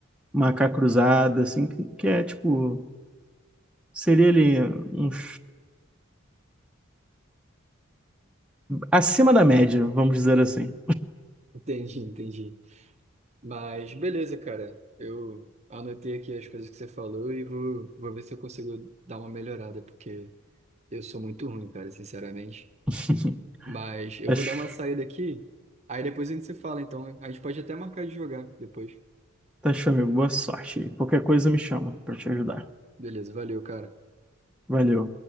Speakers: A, in the centre; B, on the right.
A: macaco cruzada, assim, que, que é tipo. Seria ali uns. acima da média, vamos dizer assim.
B: <laughs> Entendi, entendi. Mas beleza, cara. Eu anotei aqui as coisas que você falou e vou, vou ver se eu consigo dar uma melhorada, porque eu sou muito ruim, cara, sinceramente.
A: <laughs>
B: Mas eu
A: Tá,
B: vou
A: ch-
B: dar uma saída aqui, aí depois a gente se fala, então. A gente pode até marcar de jogar depois.
A: tá, amigo. Boa sorte aí. Qualquer coisa me chama pra te ajudar.
B: Beleza, valeu, cara.
A: Valeu.